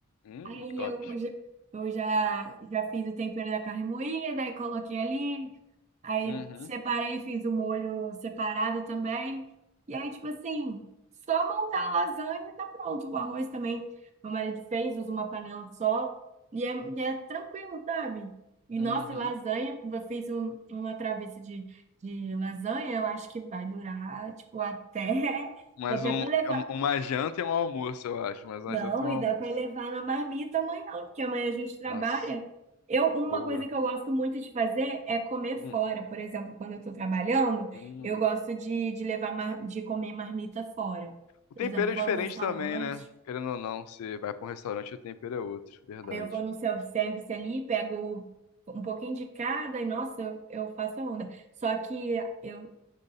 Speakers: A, on the left; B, on the right.
A: Hum,
B: Aí
A: top.
B: eu, já, eu já, já fiz o tempero da carne moída, aí coloquei ali, Aí
A: Uhum,
B: separei, fiz o molho separado também. E aí, tipo assim, só montar a lasanha e tá pronto. O arroz também, meu marido fez, usa uma panela só. E é, e é tranquilo, sabe? E
A: uhum.
B: nossa, e lasanha, eu fiz um- uma travessa de, de lasanha, eu acho que vai durar, tipo, até, <laughs>
A: Mais
B: até
A: um,
B: para levar.
A: é um- uma janta e um almoço, eu acho. Mais uma
B: Não,
A: janta e um
B: e
A: almoço.
B: dá para levar na marmita amanhã, porque amanhã a gente trabalha.
A: Nossa,
B: Eu, uma
A: boa.
B: coisa que eu gosto muito de fazer é comer
A: Hum,
B: fora. Por exemplo, quando eu estou trabalhando,
A: hum.
B: eu gosto de, de levar mar- de comer marmita fora.
A: O
B: Por
A: tempero
B: exemplo,
A: é
B: vou
A: diferente
B: no restaurante,
A: também, né? Querendo ou não, você vai pra um restaurante e o tempero é outro, verdade.
B: aí eu vou no self-service ali, pego um pouquinho de cada e, nossa, eu, eu faço a onda. Só que eu,